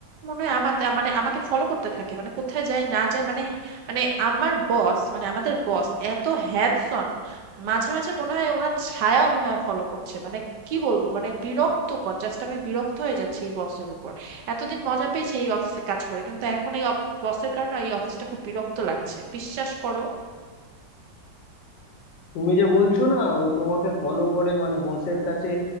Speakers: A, on the right (about 75°); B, on the left (about 80°).
A: মনে হয় আমাদের মানে আমাকে ফলো করতে থাকে মানে কোথায় যায় না যায় মানে মানে আমার বস মানে আমাদের বস এত হ্যান্ডসন মাঝে মাঝে মনে হয় ওনার ছায়াও মনে হয় ফলো করছে মানে কি বলবো মানে বিরক্তকর জাস্ট আমি বিরক্ত হয়ে যাচ্ছি এই বসের উপর এতদিন মজা পেয়েছি এই অফিসে কাজ করে কিন্তু এখন এই বসের কারণে এই অফিসটা খুব বিরক্ত লাগছে বিশ্বাস করো
B: তুমি যে বলছো না ও তোমাকে ফলো করে মানে বসের কাছে